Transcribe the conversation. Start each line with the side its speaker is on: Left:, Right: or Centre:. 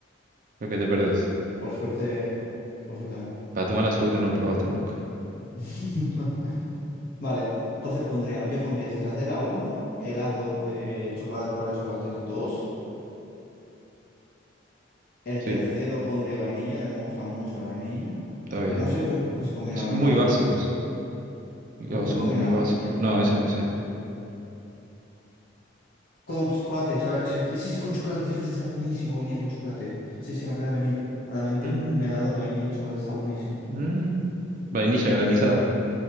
Right: Lo que te perdés.
Left: Por suerte, por suerte no.
Right: Para tu mala suerte no lo probaste nunca.
Left: <laughs> Vale, entonces pondría, yo pondría tela uno helado de chocolate, varios chocolates 2 el
Right: Sí,
Left: tercero pondría vainilla, también me gusta mucho la vainilla,
Right: está bien.
Left: pero no sé qué- con qué se combina
Right: Son
Left: la vainilla.
Right: muy básicos. Digo,
Left: ¿Con qué
Right: son
Left: se combina
Right: muy
Left: la
Right: básicos.
Left: vainilla?
Right: No, eso no sé.
Left: Con chocolate, ¿sabes? Sí, sí, con chocolate, sí, está buenísimo vainilla con chocolate. Sí, sí, me acaba de venir a la mente
Right: Mm,
Left: un, un helado de vainilla y chocolate, está buenísimo.
Right: mm. Vainilla granizado.